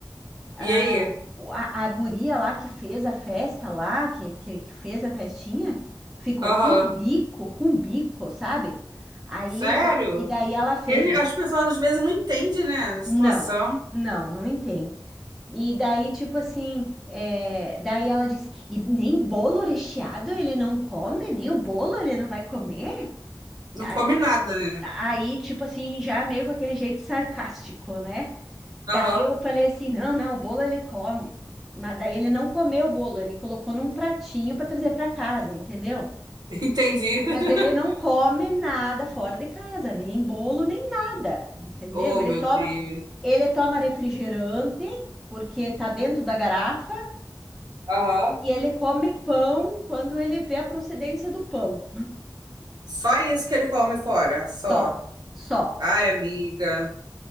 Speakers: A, in the centre; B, on the right (about 60°).
A: A,
B: E aí?
A: a, a guria lá que fez a festa lá, que, que, que fez a festinha, ficou
B: Aham.
A: com um bico, com um bico, sabe? Aí,
B: Sério?
A: e daí ela fez.
B: Ele, as pessoas às vezes não entendem, né? A
A: Não,
B: situação.
A: não, não entende. E daí, tipo assim, é, daí ela disse, e nem bolo recheado ele não come, nem o bolo ele não vai comer?
B: Não
A: A-
B: come nada, né?
A: Aí, tipo assim, já meio com aquele jeito sarcástico, né? Daí
B: Aham.
A: eu falei assim, não, não, o bolo ele come. Mas aí ele não comeu o bolo, ele colocou num pratinho para trazer para casa, entendeu?
B: <laughs> Entendi.
A: Mas
B: <laughs>
A: ele não come nada fora de casa, nem bolo, nem nada, entendeu?
B: Oh, meu
A: Ele toma
B: Deus.
A: ele toma refrigerante, porque tá dentro da garrafa,
B: Aham.
A: e ele come pão quando ele vê a procedência do pão.
B: Só isso que ele come fora, só.
A: Só, só.
B: Ai, amiga.